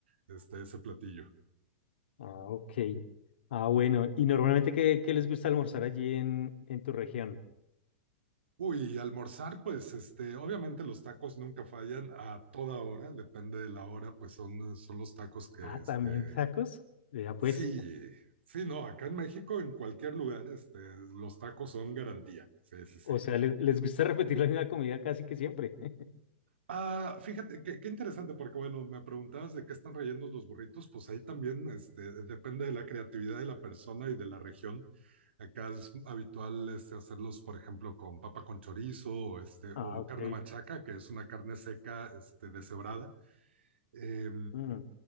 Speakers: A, on the right; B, on the left.
A: este, ese platillo.
B: Ah, ok. Ah, bueno. ¿Y normalmente qué, qué les gusta almorzar allí en, en tu región?
A: Uy, y almorzar, pues este, obviamente los tacos nunca fallan a toda hora, depende de la hora, pues son, son los tacos que,
B: Ah,
A: este,
B: también tacos. Vea pues.
A: Sí, sí, no, acá en México, en cualquier lugar, este, los tacos son garantía. Sí, sí, sí.
B: O sea, les, les gusta repetir la misma comida casi que siempre. <laughs>
A: Ah, fíjate, qué, qué interesante, porque bueno, me preguntabas de qué están rellenos los burritos, pues ahí también este, depende de la creatividad de la persona y de la región. Acá es habitual este, hacerlos, por ejemplo, con papa con chorizo o, este,
B: Ah,
A: o
B: ok.
A: carne machaca, que es una carne seca este, deshebrada Eh,
B: Mm,